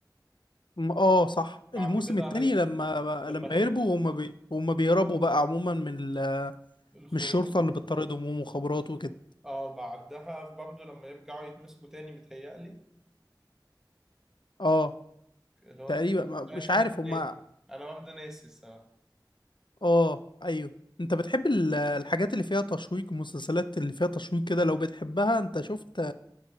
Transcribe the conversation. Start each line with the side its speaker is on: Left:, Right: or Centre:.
Left: م- اه صح
Centre: بعد
Left: الموسم
Centre: كده
Left: التاني
Centre: هي...
Left: لما
Centre: لما
Left: لما
Centre: هرب
Left: يهربوا وهم بي... وهم بيهربوا بقى عموما من ال...
Centre: الخروج
Left: من الشرطة اللي بتطاردهم ومخابرات وكده
Centre: اه بعدها برضه لما يرجعوا يتمسكوا تاني بيتهيألي
Left: اه
Centre: اللي هو
Left: تقريبا ما-
Centre: آخر
Left: مش عارف
Centre: التاني
Left: هم
Centre: أنا برضه ناسي الصراحة
Left: اه ايوه انت بتحب ال- الحاجات اللي فيها تشويق المسلسلات اللي فيها تشويق كده لو بتحبها انت شفت